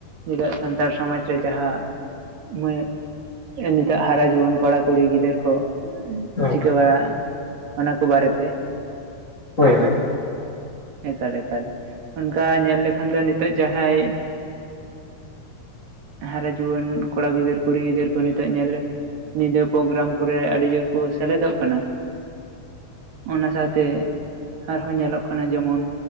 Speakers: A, on the right; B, on the left.
A: ᱱᱤᱛᱚᱜ ᱥᱟᱱᱛᱟᱲ ᱥᱚᱢᱟᱡ ᱨᱮ ᱡᱟᱦᱟᱸ ᱱᱤᱭᱟ. ᱱᱤᱛᱚᱜ ᱦᱟᱨᱟ ᱡᱩᱣᱟᱹᱱ ᱠᱚᱲᱟ ᱠᱩᱲᱤ ᱜᱤᱫᱟᱹᱨ ᱠᱚ
B: ᱦᱮᱸ
A: ᱪᱤᱠᱟᱹ ᱵᱟ ᱚᱱᱟ ᱠᱚ ᱵᱟᱨᱮᱛᱮ
B: ᱦᱳᱭ ᱦᱳᱭ
A: ᱮᱠᱟᱞ ᱮᱠᱟᱞ ᱠᱟ ᱧᱮᱞ ᱞᱮᱠᱷᱟᱱ ᱫᱚ ᱱᱤᱛᱚᱜ ᱡᱟᱦᱟᱸᱭ ᱦᱟᱨᱟ ᱡᱩᱣᱟᱹᱱ ᱠᱚᱲᱟ ᱜᱤᱫᱟᱹᱨ ᱠᱩᱲᱤ ᱜᱤᱫᱟᱹᱨ ᱠᱚ ᱱᱤᱛᱚᱜ ᱧᱮᱞ ᱧᱤᱫᱟᱹ ᱯᱨᱳᱜᱨᱟᱢ ᱠᱚᱨᱮ ᱟᱹᱰᱤ ᱡᱳᱨ ᱠᱚ ᱥᱮᱞᱮᱫᱚᱜ ᱠᱟᱱᱟ ᱾ ᱚᱱᱟ ᱥᱟᱶᱛᱮ ᱟᱨᱦᱚᱸ ᱧᱮᱞᱚᱜ ᱠᱟᱱᱟ ᱡᱮᱢᱚᱱ